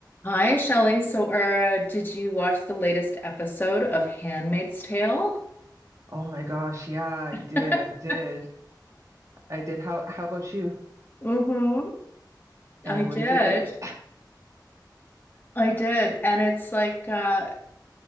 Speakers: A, on the left; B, on the right.
A: Hi, Shelley. So, uh, did you watch the latest episode of Handmaid's Tale?
B: Oh my gosh, yeah, I
A: <laughs>
B: did. I did. I did. How how about you?
A: Mm-hmm.
B: And
A: I did.
B: what did you think? <laughs>
A: I did. And it's like, uh,